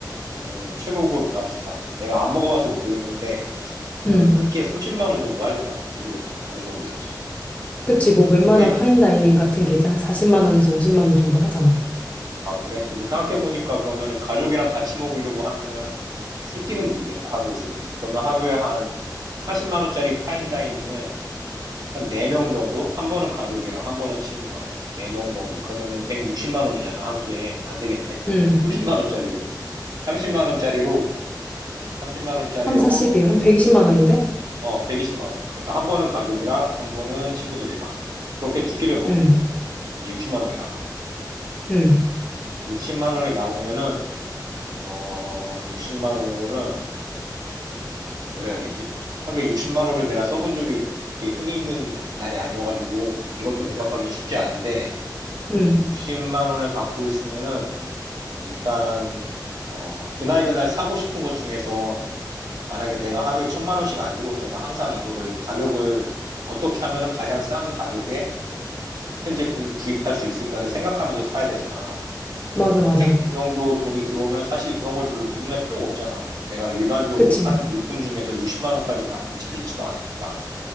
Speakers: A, on the right; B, on the left.
A: 아니면은 최고급 랍스타. 내가 안 먹어봐서 모르겠는데
B: 음,
A: 한 한 끼에 30만 원 정도 하려나? 모르겠다. 어느 정도 할지.
B: 그치, 뭐 웬만한
A: 근데
B: 파인다이닝 같은 게 이제 한 40만 원에서 50만 원 정도 하잖아.
A: 아 그래? 근데 생각해보니까 그러면은 가족이랑 같이 먹으려고 하면은 세 끼는 모르겠다. 하루에 세 끼는. 그러면 하루에 한 40만 원짜리 파인다이닝을 한 네 명 정도? 한 번은 가족이랑 한 번은 친구랑 네 명 정도. 그러면은 160만 원이잖아. 한 끼에. 안 되겠네.
B: 음,
A: 30만 원짜리로. 30만 원짜리로 삼십만 원짜리로
B: 3, 4, 십이한 120만 원인데?
A: 어 120만 원. 그러니까 한 번은 가족이랑 한 번은 친구들이랑 그렇게 두 끼를 먹을
B: 음,
A: 거야. 이제 60만 원이 남아.
B: 음,
A: 60만 원이 남으면은 어 60만 원으로는 뭘 해야 되지? 하루에 60만 원을 내가 써본 적이 이렇게 흔히 있는 날이 아니어가지고 이것도 대답하기 쉽지 않은데
B: 음,
A: 60만 원을 갖고 있으면은 일단 어 그날 그날 사고 싶은 것 중에서 만약에 내가 하루에 천만 원씩 안 들어오면 항상 이거를 가격을 어떻게 하면은 가장 싼 가격에 큰 제품을 구입할 수 있을까를 생각하면서 사야 되잖아.
B: 맞아,
A: 근데
B: 맞아.
A: 그 정도 돈이 들어오면 사실 그런 걸 별로 고민할 필요가 없잖아. 내가 일반적으로
B: 그치.
A: 사는 물품 중에서 60만 원까지 가는 게 잘 있지도 않으니까.